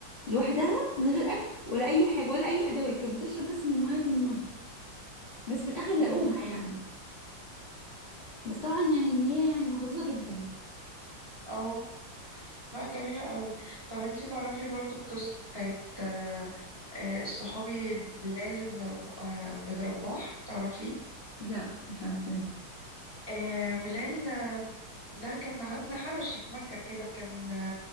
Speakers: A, on the left; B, on the right.
A: لوحدها من غير اكل ولا اي حاجه ولا اي ادوات كانت بتشرب بس من ميه النهر بس في الاخر لقوها
B: مم.
A: يعني بس طبعا يعني ان هي يعني محظوظه جدا
B: اه لا جميلة قوي طب انتي تعرفي برضو القصة بتاعت آه، آه، الصحابي بلال بن رب... آه، بن رباح تعرفيه
A: لا مش عارفه
B: آه، بلال آه، ده كان عبد حبشي في مكة كده كان